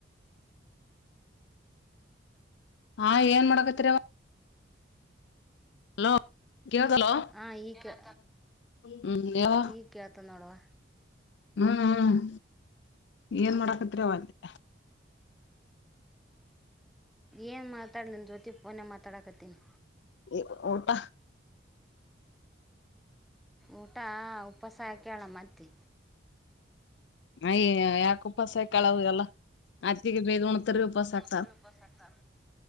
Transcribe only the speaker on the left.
ಆ ಏನ್ ಮಾಡಗತೀರವ್ವ. ಹಲೋ ಕೇಳ್ತಲ್ಲೋ
ಹ್ಮ ಹೇಳ್
ಹ್ಮ್ ಹ್ಮ್ ಏನ್ ಮಾಡಕತ್ರಿವ್ವ ಅಂದೆ.
ಏ ಒ ಊಟಾ.
ಅಯ್ಯ ಯಾಕ ಉಪಾಸ ಹಾಕ್ಯಳ ಅವ್ ಎಲ್ಲ ಅತ್ತಿಗೆ ಬೇದ್ ಉಣತೀರಿ ಉಪಾಸ ಹಾಕ್